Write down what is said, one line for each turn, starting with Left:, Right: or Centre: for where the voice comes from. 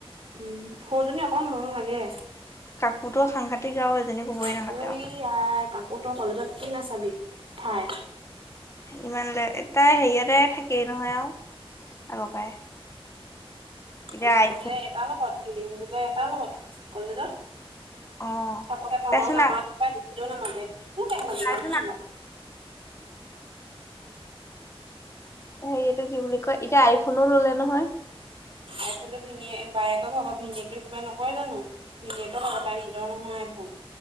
Right: উম সৰুজনী অকণ মৰম লাগে।
Left: কাকোৰতো সাংঘাতিক আৰু এজনী ক'বই
Right: কাকো
Left: নালাগে আৰু
Right: ই আহ কাকো তই কলেজত কি নাচাবি ঠাই।
Left: ইমান লে তাই হেৰিয়তে থাকেই নহয় আৰু আগৰ পৰাই। এতিয়া
Right: এদিন
Left: আইফোন
Right: বোলে এটা লগত, সিদিন বোলে এটা লগত কলেজত।
Left: অ
Right: চাবহে পাওঁ
Left: তাৰচোন
Right: নামাতো পাই দেখিলেও নামাগে কোনটোৱে মোক মাতিব
Left: তাৰচোন
Right: মইয়ো নামাতো। <inaudible>
Left: হেৰিয়টো কি বুলি কয় এতিয়া আইফোনো ললে নহয়?
Right: আইফোনটো ভিন বায়েকে ভাগ ভিনিয়েকে কিবা নকয় জানো? ভিনিয়েকৰ ভাগ তাই নিজৰ নহয় আইফোন।